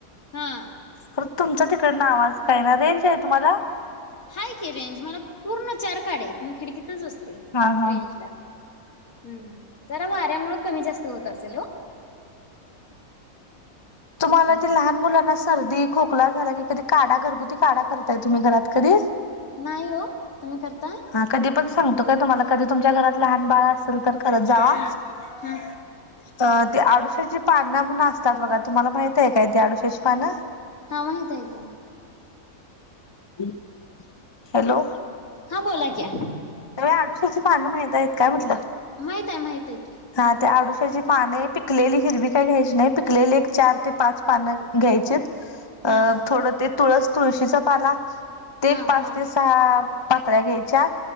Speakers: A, on the left (about 70°); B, on the left (about 20°).
A: हा.
B: तर तुमचा तिकडनं आवाज काय ना रेजे, तुम्हाला.
A: हाय की रेंज, मला पूर्ण चार काढायेत, मी खिडकीतच अससले
B: हा हा
A: रेंज ला. हम्म जरा वाऱ्यामुळे कमी जास्त होत असेल हो.
B: तुम्हाला
A: हो
B: ते लहान मुलांना अस सर्दी खोकला झाला की, कधी काढा, घरगुती काढा करताय तुम्ही घरात कधी.
A: नाही हो तुम्ही करता.
B: हा कधी पण सांगतो काय तुम्हाला, कधी तुमच्या घरात लहान बाळ असेल तर करत जावा.
A: हा हा
B: अ ते आडुश्याची पानं म्हणून असतात बघा, तुम्हाला माहिते काय? ते आडुश्याची पानं.
A: हा माहिते की.
B: ह <inaudible> हॅलो,
A: हा बोला की
B: आडूशीची पानं माहित आहेत काय म्हटलं?
A: माहित आहे, माहित आहेय की.
B: हा त्या आडुश्याची पानय, पिकलेली हिरवी काय घ्यायची नाही, पिकलेली एक चार ते पाच पानं घ्यायची.
A: हा
B: अं थोडं ते तुळस, तुळशीचा पाला, ते
A: हा
B: एक पाच
A: हा
B: ते सहा पाकळ्या घ्यायच्या,